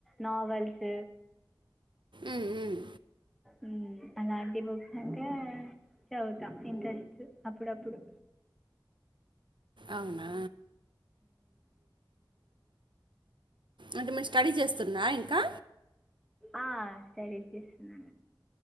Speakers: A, in the centre; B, on the right.
A: నావెల్స్
B: ఉమ్ ఉమ్
A: ఉమ్ అలాంటి బుక్స్ అంట చదువుతాం ఇంట్రెస్ట్ అప్పుడప్పుడు
B: అవునా అంటే మేము స్టడీ చేస్తున్నా ఇంకా
A: ఆ స్టడీస్ చేస్తున్నా